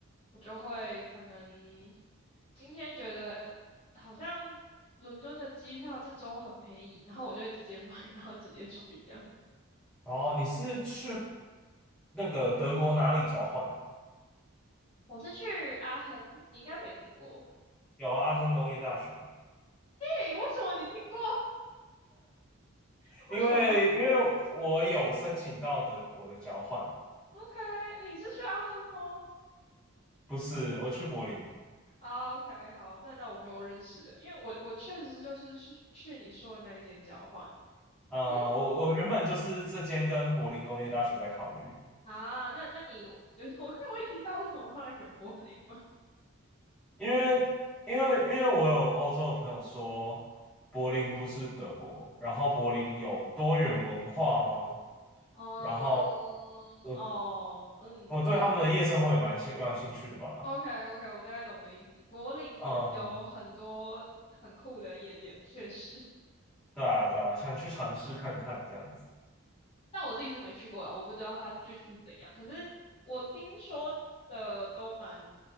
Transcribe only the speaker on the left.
我就会可能今天觉得好像伦敦的机票这周很便宜，然后我就会直接买，然后直接去这样。
我是去阿亨，你应该没听过。
诶，为什么你听过？<laughs> 为什么
？OK，你是去阿亨吗？
啊，OK，好，那那我没有认识的，因为我我确实是就是去去你说的那一间交换。
诶，
啊，那那你就是 <laughs> 我可以问一下为什么后来选柏林吗？
哦哦，
嗯，
OK OK，我大概懂你的意思。柏林有很多很酷的夜店，
确实，
但我自己是没去过啊，我不知道它具体是怎样。可是我听说的都蛮